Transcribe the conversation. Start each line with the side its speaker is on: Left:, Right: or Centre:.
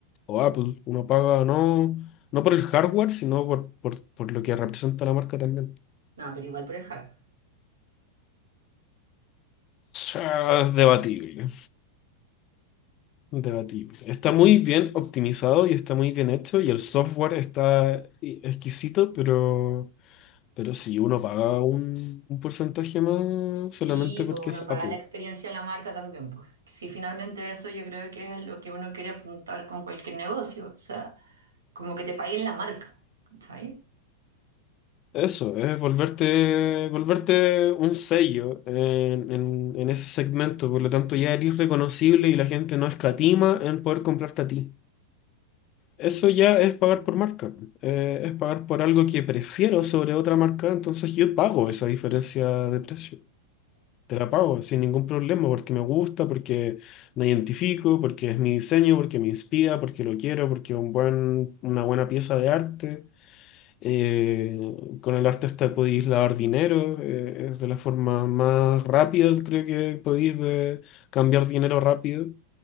Left: o Apple, uno paga no, no por el hardware, sino por, por, por lo que representa la marca también.
Right: No, pero igual por el hardware.
Left: Ah, Es debatible, debatible. Está muy bien optimizado y está muy bien hecho y el software está i- exquisito, pero, pero sí, uno paga un, un porcentaje más
Right: Sí,
Left: solamente porque
Right: pues uno
Left: es
Right: paga
Left: Apple.
Right: la experiencia de la marca también, pues. Si finalmente eso yo creo que es lo que uno quiere apuntar con cualquier negocio, o sea, como que te paguen la marca, ¿sabes?
Left: Eso, es volverte, volverte un sello en, en- en ese segmento, por lo tanto ya eres reconocible y la gente no escatima en poder comprarte a ti. Eso ya es pagar por marca, eh, es pagar por algo que prefiero sobre otra marca, entonces yo pago esa diferencia de precio, te la pago sin ningún problema porque me gusta, porque me identifico, porque es mi diseño, porque me inspira, porque lo quiero, porque es un buen, una buena pieza de arte. Eh, con el arte artista podéis lavar dinero, eh, es de la forma más rápida, creo que podéis eh, cambiar dinero rápido.